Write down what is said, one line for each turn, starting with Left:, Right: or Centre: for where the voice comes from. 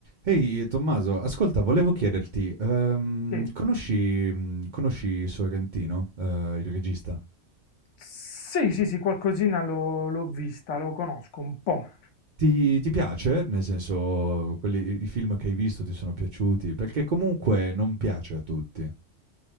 Right: Ehi Tommaso, ascolta, volevo chiederti, ehm,
Left: Sì,
Right: conosci, mh, conosci Sorrentino, eh, il regista?
Left: sì, sì, sì, qualcosina l'ho l'ho vista, lo conosco un po'.
Right: Ti, ti piace? Nel senso, quelli- i film che hai visto ti sono piaciuti? Perché comunque non piace a tutti.